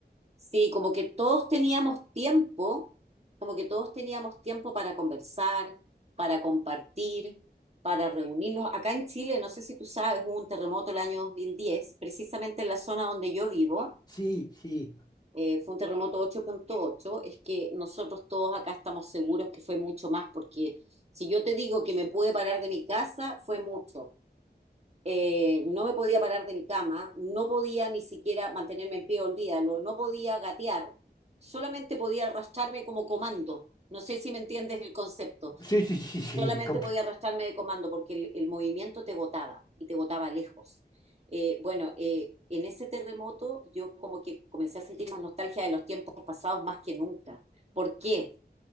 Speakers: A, on the right; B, on the left.
A: Sí, como que todos teníamos tiempo, como que todos teníamos tiempo para conversar, para compartir, para reunirnos. Acá en Chile, no sé si tú sabes, hubo un terremoto el año 2010 precisamente en la zona donde yo vivo,
B: Sí, sí,
A: eh, fue un terremoto ocho punto ocho es que nosotros todos acá estamos seguros que fue mucho más, porque si yo te digo que me pude parar de mi casa, fue mucho. eh, no me podía parar del cama, no podía ni siquiera mantenerme en pie, olvídalo, no podía gatear, solamente podía arrastrarme como comando. No sé si me entiendes el concepto.
B: sí, sí, sí, sí,
A: Solamente
B: <laughs> comple-
A: podía arrastrarme de comando porque el, el movimiento te botaba y te botaba lejos. Eh, bueno, eh, en ese terremoto yo como que comencé a sentir más nostalgia de los tiempos pasados más que nunca. ¿Por qué?